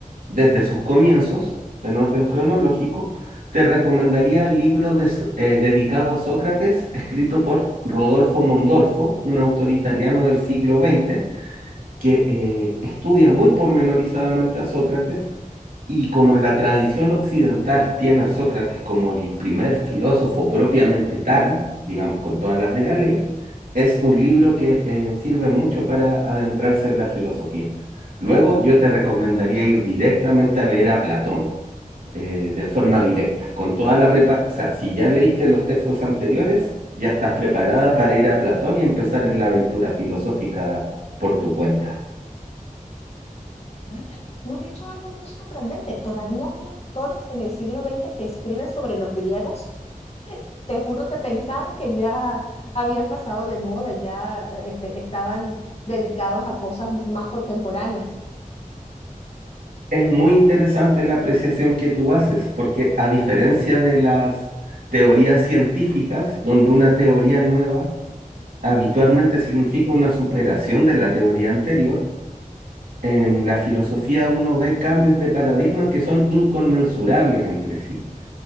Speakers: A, on the right; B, on the left.
A: desde sus comienzos, en orden cronológico, te recomendaría el libro de So- eh, dedicado a Sócrates, escrito por Rodolfo Mondolfo, un autor italiano del siglo XX, que eh, estudia muy pormenorizadamente a Sócrates y como la tradición occidental tiene a Sócrates como el primer filósofo propiamente tal, digamos con todas las de la ley, es un libro que eh, sirve mucho para adentrarse en la filosofía. Luego yo te recomendaría ir directamente a leer a Platón, eh, de forma directa, con toda la prepa, o sea, si ya leíste los textos anteriores, ya estás preparada para ir a Platón y empezar en la aventura filosófica por tu cuenta.
B: Vaya, me has dicho algo muy sorprendente. Todavía hay autores en el siglo XX que escriben sobre los griegos. Te juro que pensaba que ya habían pasado de moda y ya eh, este, estaban dedicados a cosas más contemporáneas.
A: Es muy interesante la apreciación que tú haces, porque a diferencia de las teorías científicas, donde una teoría nueva habitualmente significa una superación de la teoría anterior, en la filosofía uno ve cambios de paradigma que son inconmensurables entre sí.